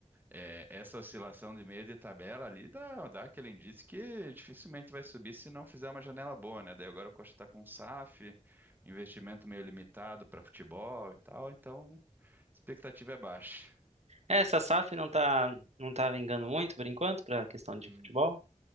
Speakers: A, on the right; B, on the right.
A: É, essa oscilação de meio de tabela ali dá, dá aquele indício que dificilmente vai subir se não fizer uma janela boa, né? Daí agora o Coxa está com um SAF, investimento meio limitado para futebol e tal, então a expectativa é baixa.
B: É, essa SAF não tá não tá vingando muito por enquanto pra questão de
A: Hum.
B: futebol.